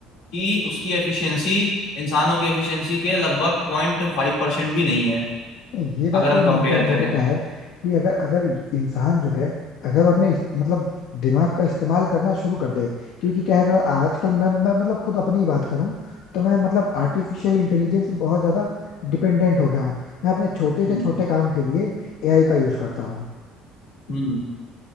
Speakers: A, on the left; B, on the left.
A: कि उसकी एफिशिएंसी इंसानों की एफिशिएंसी के लगभग पॉइंट फाइव परसेंट भी नहीं है
B: नहीं, ये बात
A: अगर
B: तो
A: हम
B: मैं
A: कंपेयर
B: मानता हूँ
A: करें
B: देखो क्या है कि अगर अगर इंसान जो है अगर वो अपने इस- मतलब दिमाग का इस्तेमाल करना शुरू कर दे क्योंकि क्या है ना आजकल मैं मैं मतलब खुद अपनी ही बात करूं तो मैं मतलब आर्टिफिशियल इंटेलिजेंस पे बहुत ज्यादा डिपेंडेंट हो गया हूँ मैं अपने छोटे
A: हम्म
B: से छोटे काम के लिए एआई का यूज करता हूँ
A: हम्म